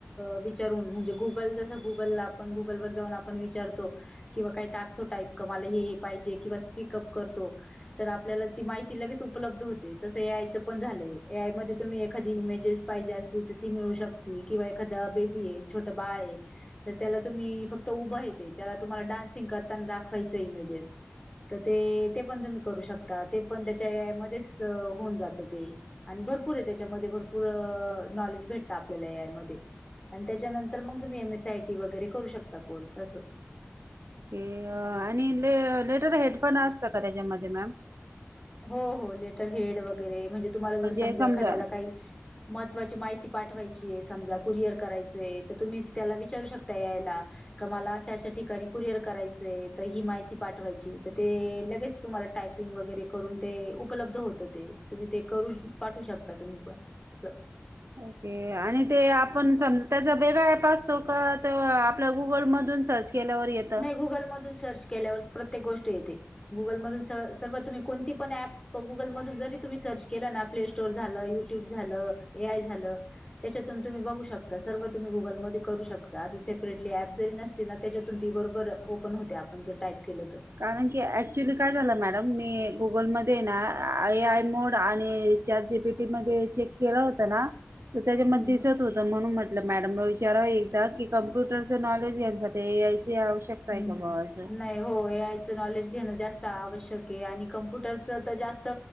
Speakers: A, on the left; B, on the right.
A: अ.. विचारून म्हणजे गूग पण जस गूगलला आपण, गूगल वर जावुन आपण विचारतो. किंवा काही टाकतो टाइप क मला हे हे <unintelligible> पाहिजे किंवा स्पीकअप करतो. तर आपल्याला ती माहिती लगेच उपलब्ध होते. तसं ए आय च पण झाल लंय. ए आय मधे तुम्ही एखादी इमेजेस पाहिजे असेल तर, ती मिळू शकती. किंवा एखाद्या बेबीये, छोटं बा ळय तर त्याला तुम्ही, फक्त उभंय ते त्याला तुम्हाला, डान्सिंग करताना दाखवायच इमेजेस तर ते ते पण तुम्ही करू शकता. ते पण त्याच्या ए आय मध्येच होऊन जात ते. आणि भरपूरय त्याच्यामध्ये, भरपूर नॉलेज भेटत, आपल्याला यामध्ये. आणि त्याच्यानंतर मग तुम्ही, एम. एस. आय टी वगैरे करू शकता कोर्स असं.
B: अ आणि ले लेटर हेड पण असत का त्याच्यामध्ये मॅम?
A: हो, हो लेटर हेड वगैरे म्हणजे तुम्हाला जर
B: म्हणजे
A: समजा एखाद्याला
B: हम्म
A: काही, महत्त्वाची माहिती पाठवायची चिय. समजा कुरियर करायचय, तर तुम्ही त्याला विचारू शकता, ए आयला का मला अशा- अशा ठिकाणी कुरिअर करायचंय. तर ही माहिती पाठवायची. तर ते लगेच तुम्हाला टायपिंग वगैरे करून ते उपलब्ध होत ते. तुम्ही ते करू पाठू शकता तुम्ही पण. असं.
B: ओके, आणि ते आपण समज त्याचा वेगळा ऍप असतो का? त्या आपल्या गुगलमधून सर्च केल्यावर येतं.
A: नाही गुगलमधून सर्च केल्यावर प्रत्येक गोष्ट येते. गुगलमधून स सर्व तुम्ही कोणती पण ॲप, गुगलमधून जरी तुम्ही सर्च केलं ना, प्ले स्टोअर झालं, युट्यूब झालं, ए, आय. झालं त्याच्यातून तुम्ही बघू शकतात. सर्व तुम्ही गुगलमध्ये करू शकता. असं सेपरेटली ऍप जरी नसली ना, त्याज्यात ती बरोबर ओपन होते. आपण जर टाईप केलं तर.
B: कारण की ऍक्च्युली काय झालं, मॅडम मी गुगलमध्ये ना आय, आय मोड आणि चार जी पी टी मध्ये चेक केला होता ना त्याच्या मध्ये
A: हम्म.
B: दिसत होतं. म्हणून म्हट मॅडमला विचाराव एकदा की, कम्प्युटरचं नॉलेज यांच्यासाठी ए आय च ते आवश्यकताय
A: हम्म
B: का बावा, अस.
A: नाही हो ए आयचं नॉलेज घेणं जास्त आवश्यकय. आणि कंप्युटरच त जास्त